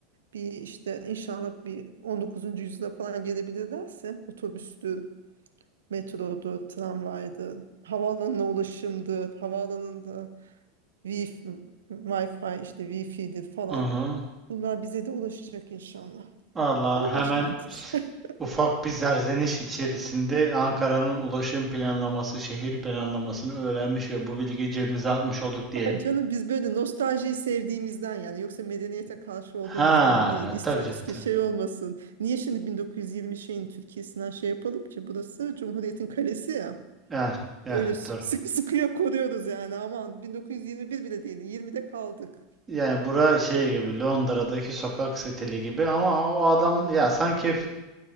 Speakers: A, on the right; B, on the right.
A: Bir işte inşallah bir 19. yüzyıla falan gelebilirlerse otobüstür, metrodur, tramvaydır, havaalanına ulaşımdır, havaalanında wi Wi-Fi işte Wi-Fi'dir falan.
B: Aha.
A: Bunlar bize de ulaşacak inşallah.
B: Valla
A: Ama
B: hemen
A: başkentiz. <laughs>
B: Ufak bir zerzeniş içerisinde Ankara'nın ulaşım planlaması, şehir planlamasını öğrenmiş ve bu bilgiyi cebimize atmış olduk diyelim.
A: Ay canım biz böyle nostaljiyi sevdiğimizden yani yoksa medeniyete karşı olduğumuzdan
B: Ha,
A: değil. İstiyoruz
B: tabii canım
A: ki
B: tabii.
A: şey olmasın. Niye şimdi 1920 şeyin Türkiye'sinden şey yapalım ki? Burası Cumhuriyet'in kalesi ya.
B: Yani, yani
A: Öyle s-
B: doğru.
A: sıkı sıkıya koruyoruz yani. Aman 1921 bile değil. 20'de kaldık.
B: Yani bura şey gibi Londra'daki sokak stili gibi ama o adam ya sanki